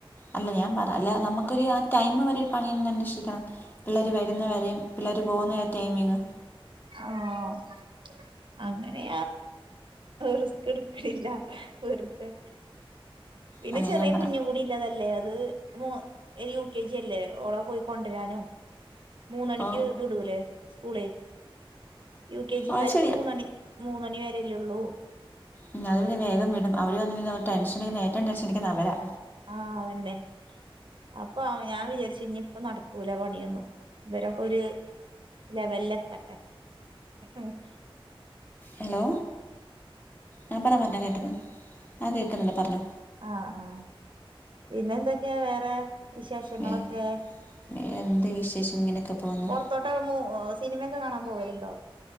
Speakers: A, on the left; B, on the right.
A: അല്ല ഞാൻ പറ അല്ല നമുക്കൊരു ആ ടൈം വരെ ഒരു പണിയന്നെ അന്വേഷിക്കണം പിള്ളേർ വരുന്ന വരെയും പിള്ളേർ പോകുന്ന ടൈമിങ്
B: ആഹ് അങ്ങനെയ റിസ്ക് എടുക്കില്ല വെറുതെ പിന്നെ
A: അല്ലല്ലേ
B: ചെറിയ
A: ഞാൻ പറഞ്ഞ
B: കുഞ്ഞും കൂടി ഇല്ലാതല്ലേ അത് മ യു കെ ജി അല്ലേ ഓള പോയി കൊണ്ടുവരാനോ മൂന്നണിക്ക്
A: ആ
B: വിടൂല്ലേ സ്കൂള യു കെ ജിക്കാക്ക്
A: അത് ശരിയാ
B: മൂന്നണി മൂന്നണി വരല്ലേ ഉള്ളൂ
A: ഉം അതുവരെ വേഗം വിടും അവര് വന്ന അവ ടെൻഷൻ എടുന്ന ഏറ്റവും ടെൻഷൻ എടിക്കുന്ന അവരാ
B: ആഹ് അതന്നെ അപ്പൊ ഞാൻ വിചാരിച്ചു ഇനി ഇപ്പ നടക്കൂല പണിയൊന്നും ഇവരൊക്കെ ഒരു ലെവല് എത്തട്ടെ <unintelligible>
A: ഹലോ ആഹ് പറ പറഞ്ഞോ കേട്ടത് ആഹ് കേൾക്കുന്നില്ലോ പറഞ്ഞോ
B: ആഹ് ആഹ് പിന്നെ എന്തൊക്കെയാ വേറെ വിശേഷങ്ങളൊക്കെ
A: വേ വേറെ എന്ത് വിശേഷം ഇങ്ങനെയൊക്കെ പോകുന്നു
B: പുറത്തോട്ട് <unintelligible> സിനിമയൊക്കെ കാണാൻ പോവരുണ്ടോ